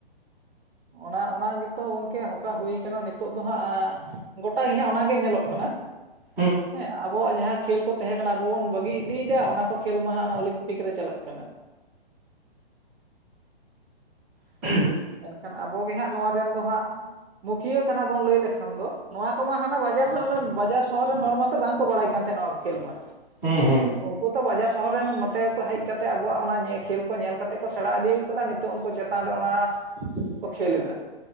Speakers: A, on the right; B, in the centre.
A: ᱚᱱᱟ ᱚᱱᱟ ᱜᱮᱛᱚ ᱜᱚᱝᱠᱮ ᱱᱚᱝᱠᱟ ᱦᱩᱭᱩᱠᱟᱱᱟ ᱱᱤᱛᱳᱜ ᱫᱚ ᱦᱟᱜᱸ ᱜᱚᱴᱟᱮ ᱦᱟᱸᱜ ᱚ ᱜᱮ ᱧᱮᱞᱚᱜ ᱠᱟᱱᱟ᱾
B: <unintelligible>
A: ᱦᱮᱸ ᱟᱵᱚᱣᱟᱜ ᱡᱟᱦᱟᱸ ᱠᱷᱮᱞ ᱠᱚ ᱛᱟᱦᱮᱸ ᱠᱟᱱᱟ ᱟᱵᱚ ᱵᱚᱱ ᱵᱟᱹᱜᱤ ᱤᱫᱤᱭᱮᱫᱟ ᱚᱱᱟ ᱠᱚ ᱠᱷᱮᱞ ᱢᱟ ᱦᱟᱸᱟᱜ ᱚᱱᱟ ᱚᱞᱤᱢᱯᱤᱠ ᱨᱮ ᱪᱟᱞᱟᱜ ᱠᱟᱱᱟ ᱾
B: <unintelligible>
A: ᱠᱷᱟᱱ ᱟᱵᱚᱜᱮ ᱦᱟᱸᱜ ᱱᱚᱣᱟ ᱨᱮᱱ ᱫᱚ ᱦᱟᱸᱜ ᱢᱩᱠᱷᱤᱭᱟᱹ ᱠᱟᱱᱟ ᱵᱩᱱ ᱞᱟᱹᱭ ᱞᱮᱠᱷᱟᱱ ᱫᱚ᱾ ᱱᱚᱣᱟ ᱠᱩ ᱦᱟᱱᱟ ᱵᱟᱡᱟᱨ ᱨᱮᱱ ᱵᱟᱡᱟᱨ ᱥᱚᱦᱚᱨ ᱨᱮᱱ ᱦᱚᱲ ᱢᱟᱛᱚ ᱵᱟᱝᱠᱚ ᱵᱟᱲᱟᱭ ᱠᱟᱱ ᱛᱟᱦᱮᱸ ᱱᱚᱣᱟ ᱠᱚ ᱠᱷᱮᱞ ᱢᱟ᱾
B: ᱦᱩᱸ ᱦᱩᱸ᱾
A: ᱩᱱᱠᱩ ᱛᱚ ᱵᱟᱡᱟᱨ ᱥᱚᱦᱚᱨ ᱨᱮᱱ ᱱᱚᱛᱮ ᱠᱚ ᱦᱮᱡ ᱠᱟᱛᱮ ᱟᱵᱚᱣᱟᱜ ᱚᱱᱟ ᱧᱮᱞ ᱠᱷᱮᱞ ᱠᱩ ᱧᱮᱞ ᱠᱟᱛᱮ ᱠᱚ ᱥᱮᱬᱟ ᱤᱫᱤ ᱟᱠᱟᱫᱟ᱾ ᱱᱤᱛᱚᱜ ᱩᱱᱠᱩ ᱪᱮᱛᱟᱱ ᱨᱮ ᱚᱱᱟ
B: <unintelligible>
A: ᱠᱚ ᱠᱷᱮᱞ ᱮᱫᱟ᱾